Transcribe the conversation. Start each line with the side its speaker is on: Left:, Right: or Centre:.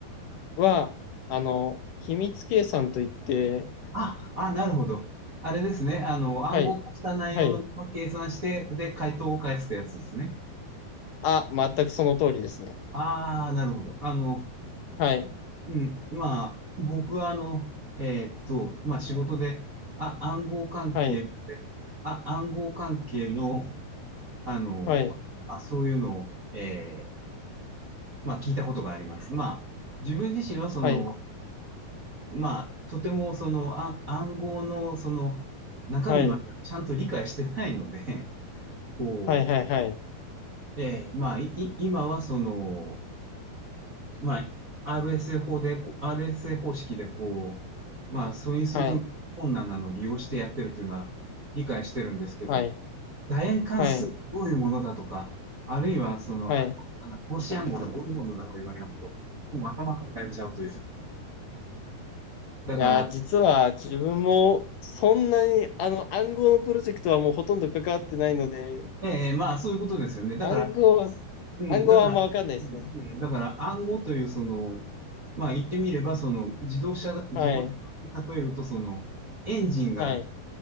Left: は、あの、秘密計算といって、
Right: あ、あ、なるほど。あれですね。あの、暗号化した内容のまま計算して、
Left: はい、はい。
Right: で、回答を返すってやつですね。
Left: あ、全くその通りですね。
Right: ああ、なるほど。あの、
Left: はい、
Right: うん。まあ、僕はあの、えーっと、まあ仕事で、あ、暗号関係で、
Left: はい、
Right: あ、暗号関係の、あの、
Left: はい、
Right: あ、そういうのを、えーまあ聞いたことがあります。まあ、自分自身はその、
Left: はい、
Right: まあ、とてもその、あ、暗号のその、中身までちゃんと理解してないので、
Left: はい、
Right: こう、
Left: はい、はい、はい、
Right: ええ、まあ、い、い今はその、まあ、RSA 法でこう、RSA 方式でこう、まあ、素因数分解困難なのを利用してやってるというのは理解してるんですけど、
Left: はい、はい、はい、
Right: 楕円関数がどういうものだとか、
Left: はい、
Right: あるいはその、
Left: はい、
Right: あ、あの格子暗号がどういうものだと言われると、もう頭抱えちゃうという。だから、
Left: いやー、実は自分もそんなにあの暗号のプロジェクトはもうほとんど関わってないので、
Right: ええ、まあ、そういうことですよね。だから、
Left: 暗号は、
Right: うん、
Left: 暗号はあんまわかんないですね。
Right: だから、うん。うん、だから暗号というその、まあ言ってみればその自動車、自動車に例えるとそのエンジンが
Left: はい、はい、